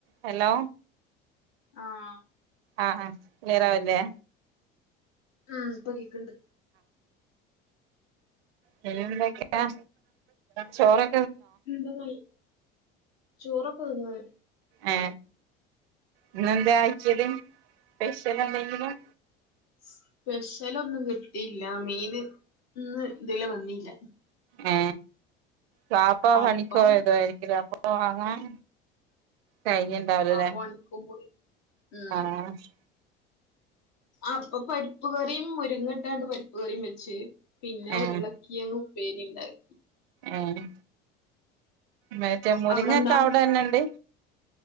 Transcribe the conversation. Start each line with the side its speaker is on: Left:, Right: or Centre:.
Right: ഹലോ
Left: ആഹ്
Right: ആഹ് ആ ക്ലിയറാവല്ലേ
Left: ആഹ് പ്പ കേക്ക്ണ്ട്
Right: പിന്നെന്തൊക്കെയാ ചോറ്
Left: എന്ത ചോറൊക്കെ തിന്ന്
Right: ഏ ഇന്നെന്താ അയച്ചത് സ്പെഷ്യൽ എന്തെങ്കിലും
Left: സ്പെഷ്യല ഒന്നും കിട്ടിയില്ല മീന് ഇന്ന് ഇതിലെ വന്നില്ല
Right: ഏ വാപ്പാ
Left: അപ്പം
Right: പണിക്കോയതവായിരിക്കില്ല അപ്പം വാങ്ങാൻ കഴിഞ്ഞ് ഇണ്ടാവൂലല്ലേ
Left: ആഹ് പണിക്കും പോയി ഉം
Right: ആഹ്
Left: അപ്പൊ പരിപ്പ് കറിയും മുരിങ്ങട്ടാണ്ട് പരിപ്പ് കറിയും വെച്ച് പിന്നെ ഉരുളക്കിയങ്
Right: ഏഹ്
Left: ഉപ്പേരി ഉണ്ടാക്കി
Right: ആഹ് മറ്റേ മുരിങ്ങ
Left: അവിടെന്താ
Right: ഒക്കെ അവിടെ തന്നെണ്ട്